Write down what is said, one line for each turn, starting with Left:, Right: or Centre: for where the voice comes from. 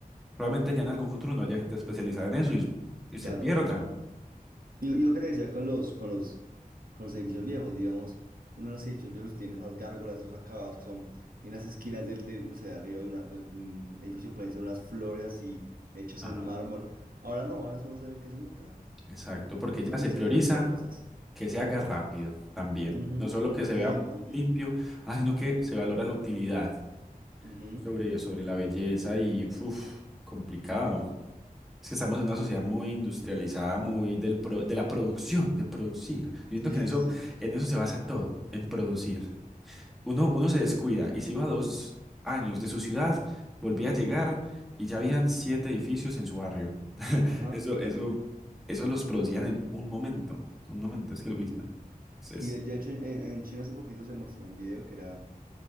Centre: probablemente ya en algún futuro no haya gente especializada en eso y, y
Right: claro.
Centre: se pierda.
Right: Y, y lo que te decía con los, con los, con los edificios viejos, digamos, uno de los edificios viejos tiene esas gárgolas, esos acabados que son en las esquinas del, del, no sé, de arriba de, una- de- de un edificio pueden ser unas flores así hechas
Centre: Ajá.
Right: en mármol. Ahora no, ahora eso no se ve casi nunca.
Centre: Exacto, porque
Right: No sé
Centre: ya
Right: no
Centre: se
Right: sé
Centre: prioriza
Right: ese tipo de cosas.
Centre: que se haga rápido también.
Right: Ujú,
Centre: No solo que
Right: Y
Centre: se
Right: que
Centre: vea
Right: sea lindo, útil.
Centre: limpio, ah, sino que se valora la utilidad
Right: Ujú,
Centre: sobre, sobre la belleza y, uff, complicado. Es que estamos en una sociedad muy industrializada, muy del pro- de la producción, de producir. Yo siento
Right: Sí,
Centre: que en eso,
Right: sí, sí.
Centre: en eso se basa todo, en producir. Uno, uno se descuida y se iba dos años de su ciudad, volvía a llegar y ya habían siete edificios en su barrio. <laughs>
Right: Ajá,
Centre: Eso,
Right: total.
Centre: eso, eso los producían en un momento, un momento. Es que, uy, no. Es,
Right: Sí,
Centre: es-
Right: de de hecho, en, en China hace poquito se mostró un video que era